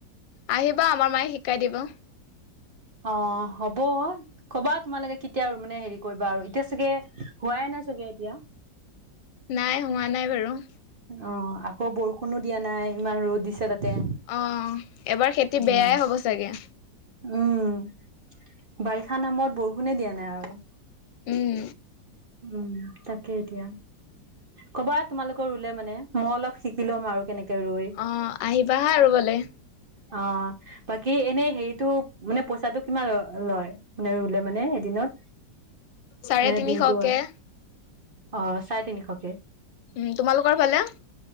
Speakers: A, on the left (about 80°); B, on the right (about 45°).
A: আহিবা আমাৰ মায়ে শিকাই দিব।
B: অ হ'ব কবা তোমালোকে কেতিয়া আৰু মানে হেৰি কৰিবা আৰু এতিয়া চাগে হোৱাই নাই চাগে এতিয়া।
A: নাই হোৱা নাই বাৰু।
B: অ আকৌ বৰষুণো দিয়া নাই ইমান ৰ'দ দিছে তাতে।
A: অ এবাৰ খেতি
B: উম।
A: বেয়াই হ'ব চাগে,,
B: উম বাই বাৰিষা নামত বৰষুণে দিয়া নাই আৰু।
A: উম
B: উম তাকে এতিয়া। ক'বা, তোমালোকৰ ৰুলে মানে মই অলপ শিকি ল'ম আৰু কেনেকে ৰুই।
A: অঁ আহিবা হা আৰু ৰুবলে
B: অ বাকী এনেই হেৰিতটো মানে পইচাটো কিমান লয় মানে ৰুলে মানে এদিনত?
A: চাৰে
B: মানে
A: তিনিশকে।
B: দিনটো আৰু অ চাৰে তিনিশকে
A: উম তোমালোকৰ ফালে